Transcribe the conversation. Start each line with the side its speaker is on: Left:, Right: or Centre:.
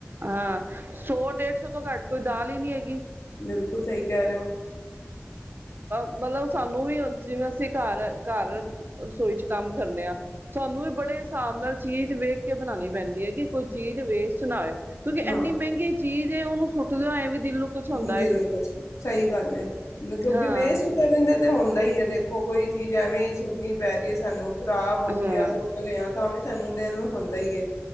Right: ਆਹ, ਸੌ-ਡੇਢ ਸੌ ਤੋਂ ਘੱਟ ਕੋਈ ਦਾਲ ਹੀ ਨਹੀਂ ਹੈਗੀ।
Left: ਬਿਲਕੁਲ ਸਹੀ ਕਹਿ ਰਹੇ ਓ।
Right: ਮਤਲਵ ਸਾਨੂੰ ਵੀ, ਜਿਵੇਂ ਅਸੀਂ ਘਰ-ਘਰ ਰਸੋਈ ਚ ਕੰਮ ਕਰਨੇ ਹਾਂ, ਸਾਨੂੰ ਵੀ ਬੜੇ ਹਿਸਾਬ ਨਾਲ ਚੀਜ਼ ਵੇਖ ਕੇ ਬਣਾਣੀ ਪੈਂਦੀ ਹੈ ਕਿ ਕੋਈ ਚੀਜ਼ ਵੇਸਟ ਨਾ ਹੋਏ। ਕਿਉਂਕਿ
Left: ਹਾਂ
Right: ਇੰਨੀ ਮਹਿੰਗੀ ਚੀਜ਼ ਏ, ਉਹਨੂੰ ਟੁੱਟਦੇ ਹੋਏ ਵੀ ਦਿਲ ਨੂੰ ਕੁਛ ਹੁੰਦਾ
Left: ਦਿਲ
Right: ਹੈ
Left: ਨ ਕੁਛ, ਸਹੀ ਗੱਲ ਏ, ਕਿਉਂਕਿ
Right: ਹਾਂ
Left: ਵੇਸਟ ਕਰਨ ਦੇ ਤੇ ਹੁੰਦਾ ਹੀ ਏ, ਦੇਖੋ ਕੋਈ ਚੀਜ਼ ਐਵੇਂ ਹੀ ਸੁੱਟਣੀ ਪੈ ਰਹੀ ਹੈ ਸਾਨੂੰ ਖ਼ਰਾਬ ਹੋ
Right: ਹਾਂ
Left: ਗਈ ਆ, ਸੁੱਟ ਰਹੇ ਹਾ, ਤਾਂ ਵੀ ਸਾਨੂੰ ਦਿਲ ਨੂੰ ਹੁੰਦਾ ਈ ਏ।